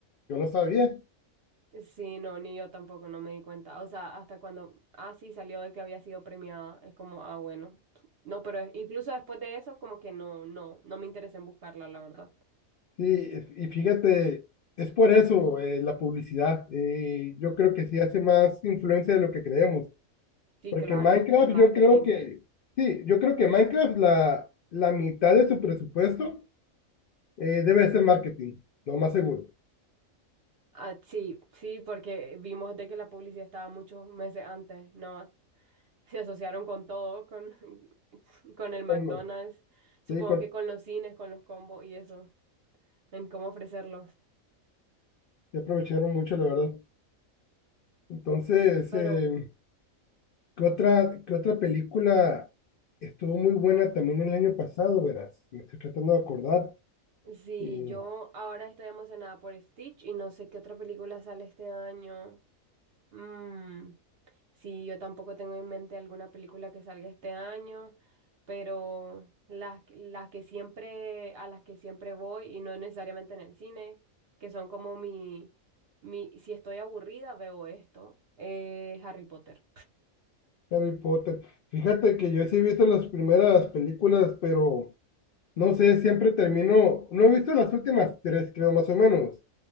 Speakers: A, on the left; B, on the right.
A: yo no sabía.
B: Sí, no, ni yo tampoco, no me di cuenta. O sea, hasta cuando, ah, sí, salió de que había sido premiada, es como, ah, bueno. No, pero es- incluso después de eso, como que no, no, no me interesa en buscarla, la verdad.
A: Sí, es- y fíjate, es por eso eh, la publicidad. eh, yo creo que sí hace más influencia de lo que creemos.
B: Sí,
A: Porque
B: claro,
A: Minecraft,
B: el marketing.
A: yo creo que, sí, yo creo que Minecraft, la, la mitad de su presupuesto eh, debe de ser marketing, lo más seguro.
B: Ah, sí, sí, porque vimos de que la publicidad estaba muchos meses antes, ¿no? Se asociaron con todo, con, <laughs> con el McDonald's,
A: Como-
B: supongo
A: sí, con-
B: que con los cines, con los combos y eso, en cómo ofrecerlos.
A: sí aprovecharon mucho, la verdad. Entonces,
B: Pero
A: eh, ¿qué otra, qué otra película estuvo muy buena también el año pasado, verás? Me estoy tratando de acordar.
B: sí,
A: Eh,
B: yo ahora estoy emocionada por Stitch y no sé qué otra película sale este año. Mm, sí, yo tampoco tengo en mente alguna película que salga este año, pero las, las que siempre, a las que siempre voy, y no necesariamente en el cine, que son como mi, mi, si estoy aburrida, veo esto, eh, Harry Potter.
A: Harry Potter. Fíjate que yo sí he visto las primeras películas, pero no sé, siempre termino, no he visto las últimas tres, creo, más o menos